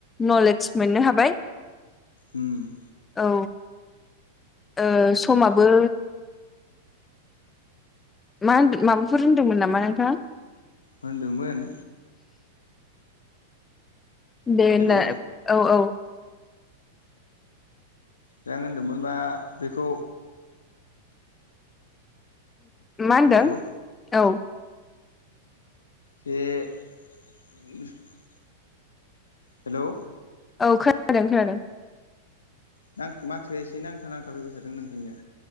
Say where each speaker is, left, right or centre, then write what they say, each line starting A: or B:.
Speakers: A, on the left (about 15°); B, on the left (about 75°).
A: नलेज मोननो हाबाय।
B: उम
A: औ ओ समाबो मा माबाफोर होनदोंमोन नामा नोंथाङा?
B: होनदोंमोन।
A: दे
B: हेलौ
A: ना औ औ
B: दा आं होनदोंमोन मा बेखौ
A: मा होनदों
B: हेलौ
A: औ
B: जे <unintelligible> हेलौ
A: औ खोनादों खोनादों।
B: दा आं माथो एसे नांथा नांथा फैबाय थादों नोंथांनिया।